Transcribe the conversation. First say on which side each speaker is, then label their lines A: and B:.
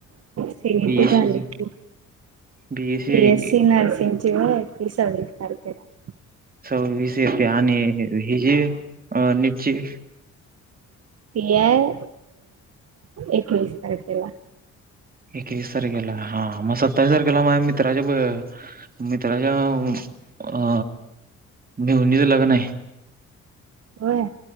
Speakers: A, on the right; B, on the right.
A: सीएटी
B: बीएससी
A: झाले की.
B: ची बीएससी
A: बी एस सी नर्सिंगची आहे ती सव्वीस तारखेला आहे.
B: स विषयेत आणि हि जी अ नीटची.
A: पी आय एकवीस तारखेला.
B: एकवीस तारखेला हा मग सत्तावीस तारखेला माझ्या मित्राच्या मित्राच्या अ मेहुनीच लग्न आहे.
A: होय